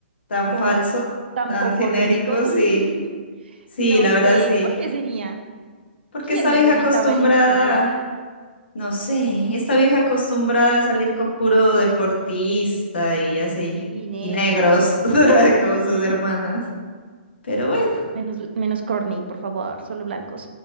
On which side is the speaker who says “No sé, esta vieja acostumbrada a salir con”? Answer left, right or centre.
Left